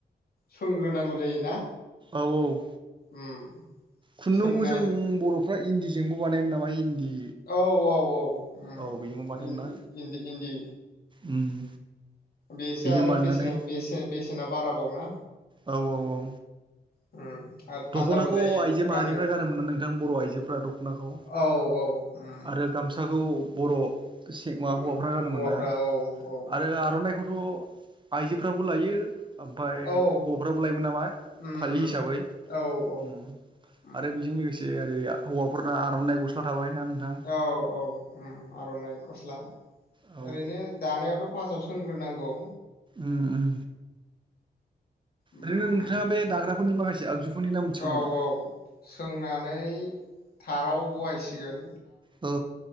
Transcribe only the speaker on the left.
सोंग्रोनांगौ जायोना?
उम।
सोंनाय
औ औ औ उम
इन्दि
इन्दि इन्दि।
बेसो
आरो
बेसेना बेसे बेसेना बाराबाव ना?
उम आरो थान्दाबो
जायो
गाननो
औ औ उम
उम
हौवाफ्रा
औ औ
औ
उम
उम
औ औ उम
औ औ उम आर'नाइ गस्ला
ओरैनो दानायावथ' फासाव सोंग्रोनांगौ।
उम
औ
औ सोंनानै थाराव बहायसिगोन।